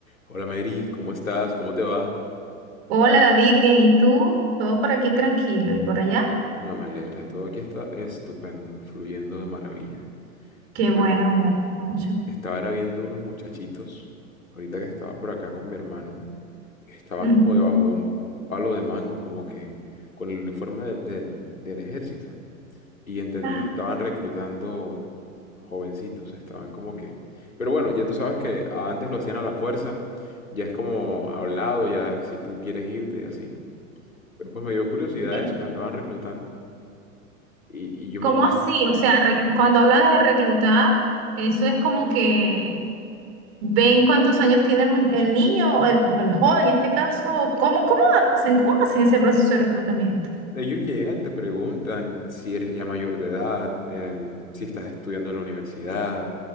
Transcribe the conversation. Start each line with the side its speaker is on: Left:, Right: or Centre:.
Left: Hola Mary, ¿cómo estás? ¿Cómo te va?
Right: Hola David, bien, ¿y tú? Todo por aquí tranquilo y por allá.
Left: No, me alegra, todo aquí está estupendo, fluyendo de maravilla.
Right: Qué
Left: Bueno,
Right: bueno, me alegro mucho.
Left: estaba era viendo unos muchachitos, ahorita que estaba por acá con mi hermano, que estaban
Right: Ujú.
Left: como debajo de un palo de mango, como que con el uniforme del, del- del ejército. Y entendí
Right: Ah,
Left: que estaban reclutando jovencitos, estaban como que... Pero bueno, ya tú sabes que antes lo hacían a la fuerza, ya es como hablado, ya si tú quieres irte y así. Pero pues me dio curiosidad
Right: eh,
Left: eso, que andaban reclutando. Y, y yo
Right: ¿cómo
Left: me puse...
Right: así? O sea, re- cuando hablas de reclutar, eso es como que ven cuántos años tiene el, mu- el niño o el, o el joven en este caso. ¿Cómo, cómo hacen? ¿Cómo hacen ese proceso de reclutamiento?
Left: Ellos llegan, te preguntan si eres ya mayor de edad, em, si estás estudiando en la universidad,